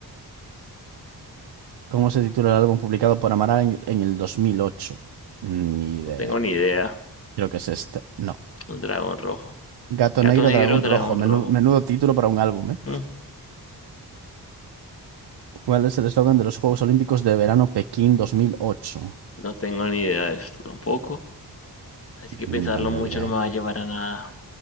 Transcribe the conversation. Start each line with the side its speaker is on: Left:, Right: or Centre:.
Right: ¿Cómo se titula el álbum publicado por Amaral en, en el 2008? Ni idea.
Left: No tengo ni idea.
Right: Creo que es este. No.
Left: Un dragón rojo.
Right: Gato
Left: Gato
Right: negro,
Left: negro,
Right: dragón
Left: dragón
Right: rojo. Menu-
Left: rojo.
Right: Menudo, título para un álbum, ¿eh?
Left: Mm,
Right: ¿Cuál es el eslogan de los Juegos Olímpicos de Verano Pekín 2008?
Left: No tengo ni idea de esto tampoco. Así que
Right: Ni
Left: pensarlo
Right: la menor
Left: mucho
Right: idea.
Left: no me va a llevar a nada.